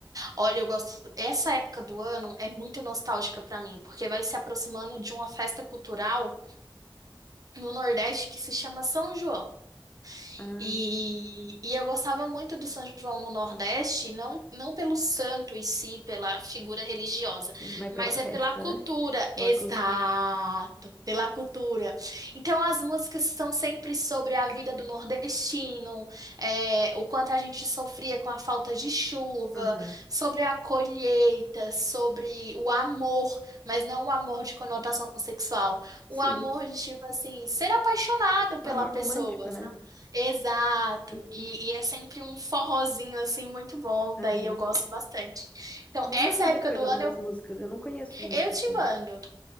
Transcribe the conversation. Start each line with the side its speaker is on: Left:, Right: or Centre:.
Right: Olha, eu gosto. Essa época do ano é muito nostálgica pra mim, porque vai se aproximando de uma festa cultural no Nordeste que se chama São João.
Left: Ah,
Right: E,
Left: sim.
Right: e eu gostava muito do São João no Nordeste, não, não pelo santo em si, pela figura religiosa,
Left: sim. Mas
Right: mas
Left: pela festa,
Right: é pela cultura.
Left: né? Pela
Right: Exato,
Left: cultura.
Right: pela cultura. Então as músicas são sempre sobre a vida do nordestino, é, o quanto a gente sofria com a falta de chuva,
Left: Aham.
Right: sobre a colheita, sobre o amor, mas não o amor de conotação sexual,
Left: Sim.
Right: o amor de tipo assim, ser apaixonado pela
Left: O amor
Right: pessoa,
Left: romântico, né?
Right: Exato,
Left: Sim.
Right: e, e é sempre um forrozinho assim muito bom,
Left: Aham.
Right: daí eu gosto bastante. Então,
Left: Me
Right: essa
Left: manda
Right: época
Left: depois
Right: do ano
Left: algumas
Right: eu,
Left: músicas, eu não conheço muito,
Right: eu te
Left: assim.
Right: mando,